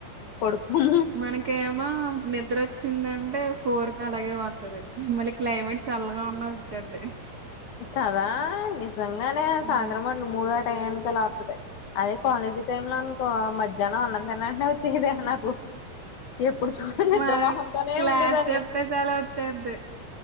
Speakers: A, on the left; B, on the right.
A: పడుకోం
B: మనకేమో నిద్రొచ్చిందంటే ఫోర్కి అలాగే వొత్తది మళ్ళీ క్లైమేట్ చె చల్లగా ఉన్నా వచ్చేద్ది
A: కాదా ని జంగానే
B: హ్మ్.
A: సాయంత్రం అట్లు మూడు ఆ టైయానికి అలా ఒత్తది అదే కాలేజీ టైం లో అన్ కో మధ్యాహ్నం అన్నం తినేంటనే వచ్చేసేదే నాకు ఎప్పుడు చూడు నిద్రమోహంతోనే
B: మన క్లాస్
A: ఉండేదాన్ని
B: చెప్తే చాలు వచ్చేద్ది.